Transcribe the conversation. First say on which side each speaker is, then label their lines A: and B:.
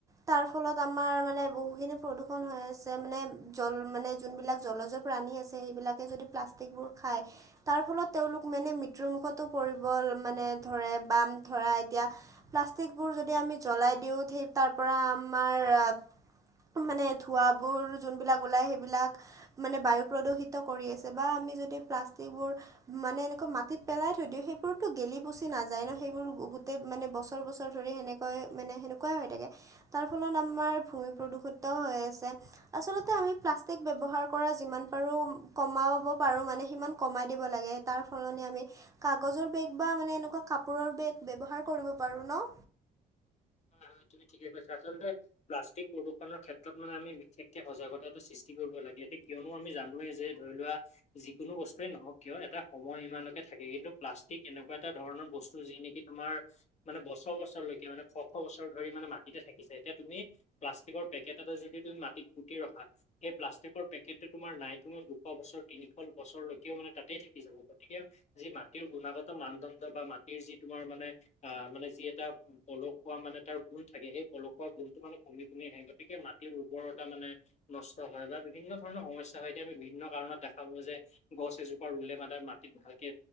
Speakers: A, on the right; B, on the left.
A: তাৰ ফলত আমাৰ মানে, বহুখিনি প্ৰদূষণ হৈ আছে, মানে জল, মানে যোনবিলাক জলজ প্ৰাণী আছে, সেইবিলাকে যদি প্লাষ্টিকবোৰ খায় তাৰ ফলত তেওঁলোক মেনে মৃত্যুৰমুখতো পৰিব মানে ধৰে, বাম ধৰা এতিয়া প্লাষ্টিকবোৰ যদি আমি জ্বলাই দিওঁ, থেই তাৰ পৰা আমাৰ আ মানে ধোঁৱাবোৰ যোনবিলাক ওলায়, সেইবিলাক মানে বায়ু প্ৰদূষিত কৰি আছে বা আমি যদি প্লাষ্টিকবোৰ মানে এনেকা মাটিত পেলাই থৈ দিওঁ, সেইবোৰতো গেলি পুচি নাযায় ন, সেইবোৰ গো গোটেই মানে বছৰ বছৰ ধৰি সেনেক কৈ, মানে সেনেকুৱাই হৈ থাকে। তাৰ ফলত আমাৰ ভূমি প্ৰদূষিতও হৈ আছে। আচলতে আমি প্লাষ্টিক ব্যৱহাৰ কৰা যিমান পৰো, কমাবব পাৰো মানে, সিমান কমাই দিব লাগে, তাৰ সলনি আমি কাগজৰ বেগ বা মানে এনেকুৱা কাপোৰৰ বেগ ব্যৱহাৰ কৰিব পাৰো ন।
B: অ' হয়, তুমি ঠিকে কৈছা আচলতে প্লাষ্টিক প্ৰদূষণৰ ক্ষেত্ৰত মানে আমি বিশেষকে সজাগতাটো সৃষ্টি কৰিব লাগে এতি কিয়নো আমি জানোৱে যে ধৰি লোৱা যিকোনো বস্তুয়েই নহওক কিয় এটা সময় ইমানলকে থাকে কিন্তু প্লাষ্টিক এনেকুৱা এটা ধৰণৰ বস্তু যি নি কি তোমাৰ মানে বছৰ বছৰলৈকে মানে শ শ বছৰ ধৰি মানে মাটিতে থাকিছে যায় এতিয়া তুমি প্লাষ্টিকৰ পেকেট এটা যদি তুমি মাটিত পুটি ৰখা সেই প্লাষ্টিকৰ পেকেটটো তোমাৰ নাই কোনো দুশ বছৰ তিনিশ বছৰলৈকেও মানে তাতেই থাকি যাব গতিকে যি মাটিৰ গুণাগত মানদণ্ড বা মাটিৰ যি তোমাৰ মানে আহ মানে যি এটা পলোক পোৱা মানে তাৰ গুণ থাকে সেই পলসুৱা গুণটো মানে কমি কমি আহে গতিকে মাটিৰ উৰ্বৰতা মানে নষ্ট হয় বা বিভিন্ন ধৰণৰ সমস্যা হয় এতিয়া আমি বিভিন্ন কাৰণত দেখা পালো যে গছ এজোপা ৰুলে মানে মাটিত ভালকে